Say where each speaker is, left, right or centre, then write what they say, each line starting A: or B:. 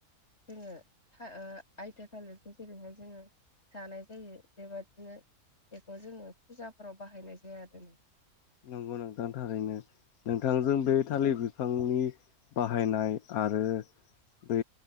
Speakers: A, on the left; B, on the left.
A: जोङो ओ आइथा थालिर जेरैहाय जोङो जानाय जायो बेबादिनो बेखौ जोङो फुजाफोराव बाहायनाय जाया आरो नोंथां
B: नंगौ नोंथां थारैनो नोंथांजों बे थालिर बिफांनि बाहायनाय आरो बै